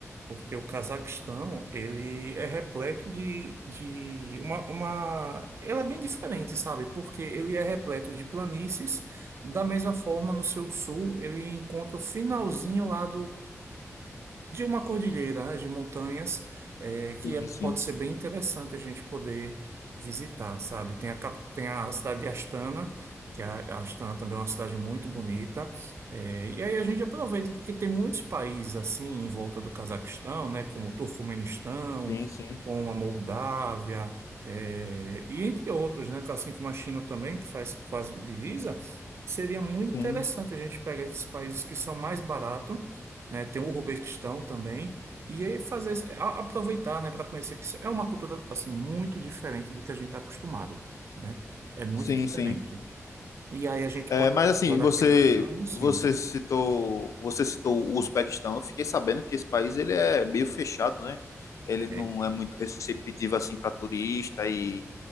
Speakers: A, on the right; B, on the left.
A: Porque o Cazaquistão, ele é repleto de, de uma, uma... Ele é bem diferente, sabe? Porque ele é repleto de planícies. Da mesma forma, no seu sul, ele encontra o finalzinho lá de uma cordilheira, né, de montanhas, é, que
B: Sim,
A: é-
B: sim,
A: pode ser bem interessante a gente poder visitar, sabe? Tem a, cap- tem a cidade de Astana, que é a, a Astana também é uma cidade muito bonita, é, e aí a gente aproveita porque tem muitos países assim em volta do Cazaquistão, né, como o Turcomenistão,
B: sim, sim,
A: como a Moldávia, é, e entre outros, né, assim como a China também, que faz quase divisa, seria muito
B: sim,
A: interessante a gente pegar esses países que são mais baratos né? Tem o Uzbequistão também. E aí fazer, esse- a- aproveitar, né, para conhecer que isso é uma cultura assim muito diferente do que a gente está acostumado, né? É muito
B: sim,
A: diferente.
B: sim.
A: E aí a gente
B: É,
A: pode
B: mas
A: explorar
B: assim, você,
A: aquele ramo, sim.
B: você citou, você citou o Uzbequistão. Eu fiquei sabendo que esse país ele é meio fechado, né? Ele
A: é,
B: não é muito receptivo assim para turista e,